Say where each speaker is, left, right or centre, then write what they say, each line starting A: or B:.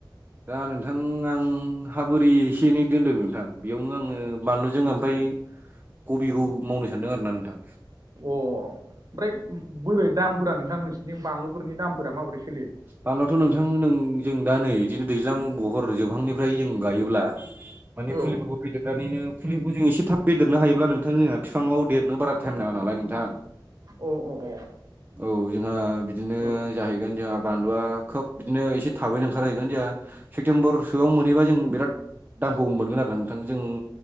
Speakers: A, on the right (about 25°); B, on the right (about 50°).
A: दा नोंथां आं हाबोरै एसे एनै दोनदों नोंथां बेआवनो आङो बानलुजों आमफाय कबिखौ मावनो सानदों आरो ना नोंथां
B: अ आमफ्राय बोरै दामफोरा नोंथां नोंसिनिथि बानलुफोरनि दामफोरा माबोरै सोलियो
A: बानलुआथ' नोंथां नों जों दा नै इदिनो दैज्लां बहर जोबहांनिफ्राय जों गायोब्ला माने
B: औ
A: फुलिफोरखौ फेदेरनानैनो फुलिखौ जों एसे थाब फदेरनो हायोब्ला नोंथां जोंहा बिफांआव देरनो बारा टाइम नाङा नालाय नोंथां
B: अ अ अ
A: औ जोंहा बिदिनो
B: औ
A: जाहैगोन जोंहा बानलुआ खोब बिदिनो एसे थाबैनो ओंखारहैगोन जोंहा सेप्तेम्बर सोआव मोनहैबा जों बिराद दामखौ मोनगोन आरो नोंथां जों